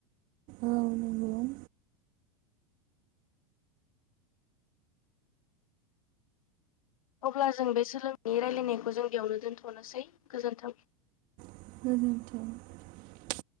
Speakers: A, on the right; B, on the left.
A: औ न <unintelligible>
B: अब्ला जों बे सोलोंनायनि रायलायनायखौ जों बेयावनो दोन्थ'नोसै गोजोन्थों।
A: <unintelligible>